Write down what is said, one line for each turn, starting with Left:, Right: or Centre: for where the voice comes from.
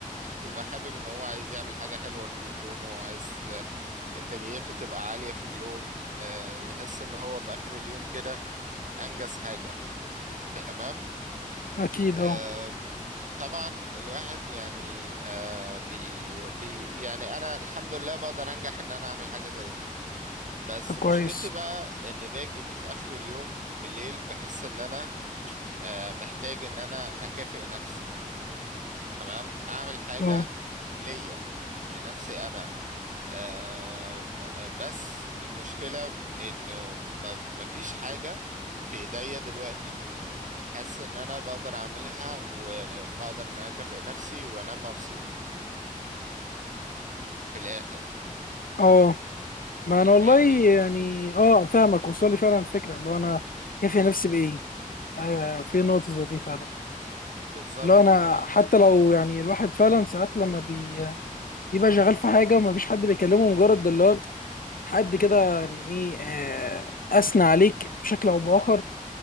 Right: بيبقى حابب إن هو عايز يعمل حاجة حلوة في يومه وعايز آه، إنتاجيته تبقى عالية في اليوم آه، يحس إن هو في آخر اليوم كده أنجز حاجة تمام
Left: اكيد
Right: آه،
Left: اه
Right: طبعا الواحد يعني آه، بي بي يعني أنا الحمد لله بقدر أنجح إن أنا أعمل حاجة زي دي بس
Left: طب كويس
Right: مشكلتي بقى إن باجي في آخر اليوم بالليل بحس إن أنا آه، محتاج إن أنا أكافئ نفسي تمام اعمل حاجة
Left: اه
Right: ليا لنفسي انا آه ب- بس المشكلة انه ما ما فيش حاجة في ايديا دلوقتي حاسس ان انا بقدر اعملها وبقدر ان انا اكافئ نفسي وانا مبسوط في الاخر
Left: اه ما انا والله
Right: فاهمني
Left: يعني اه فاهمك وصل لي فعلا الفكرة اللي هو انا كافي نفسي بايه؟ ايوه في نقطة زي دي فعلا
Right: بالظبط
Left: اللي هو انا
Right: يعني
Left: حتى لو يعني الواحد فعلا ساعات لما بي- بيبقى شغال في حاجة ومفيش حد بيكلمه مجرد اللي هو حد كده يعني ايه آه، اثنى عليك بشكل او باخر